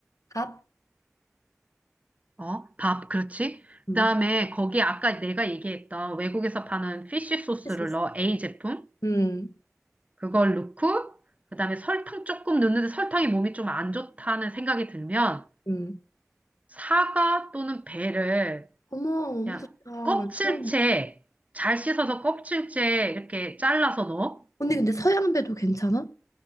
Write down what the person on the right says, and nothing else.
어, 밥, 그렇지.
그다음에 거기 아까 내가 얘기했던 외국에서 파는 피쉬 소스를
넣어. A 제품.
그걸 넣고 그다음에 설탕 조금 넣는데 설탕이 몸이 좀 안 좋다는 생각이 들면
사과 또는 배를
그냥
껍질째
잘 씻어서 껍질째 이렇게 잘라서 넣어.